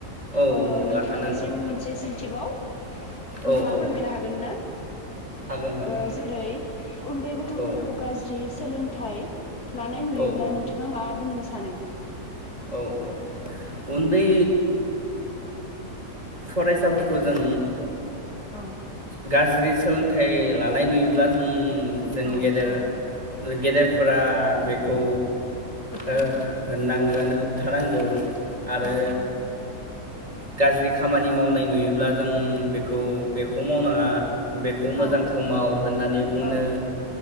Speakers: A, on the right; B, on the left.
A: औ
B: ओ नोंथांनिसिम
A: लाथारनांगौ
B: मोनसे सोंथिबाव नोंथाङा
A: औ औ
B: फोरमायनो हागोन ना?
A: हागोन हागोन
B: ओ जेरै उन्दै गथ'फोरखौ
A: औ
B: गाज्रि सोलों थाय लानाय नुयोब्ला
A: औ
B: नोंथाङा मा बुंनो‌ सानो
A: औ औ उन्दै फरायसाफोरखौ जों
B: औ
A: गाज्रि सोलोंथाइ लानाय नुयोब्ला जों जों
B: औ
A: गेदेर
B: औ
A: गेदेरफोरा बेखौ
B: होबथानांगौ
A: ओ होननांगोन होबथानांगौ आरो
B: औ औ
A: गाज्रि खामानि मावनाय नुयो ब्ला जों बेखौ बेखौ मावनां आ बेखौ मोजांखौ
B: औ
A: माव होननानै बुंनो
B: औ